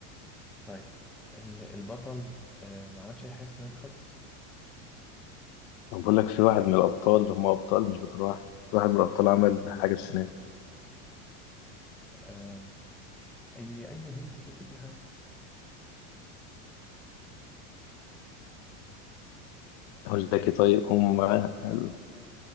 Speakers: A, in the centre; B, on the left.
A: طيب ال- البطل آه، ما عملش اي حاجة السنة دي خالص
B: أنا بقول لك في واحد من الأبطال هم أبطال مش بطل واحد في واحد من الأبطال عمل حاجة السنة دي
A: آه، اي اي هنت كده اي حاجة
B: أقول لك إيه طيب هم ال-